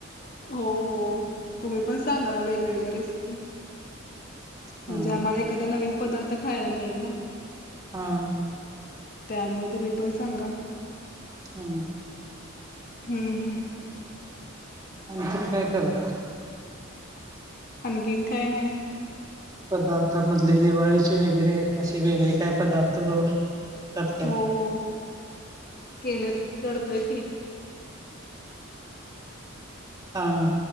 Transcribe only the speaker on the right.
हां
हा
हा.
आणखीन काय करता.
पदार्थामधले दिवाळीचे वगैरे असे वेगळे काय पदार्थ येतात काय?
हां